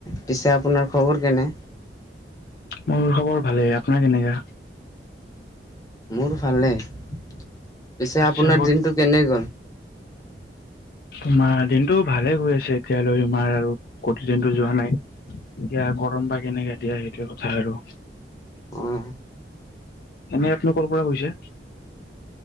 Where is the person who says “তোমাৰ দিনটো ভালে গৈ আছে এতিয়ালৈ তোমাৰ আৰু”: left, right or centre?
Left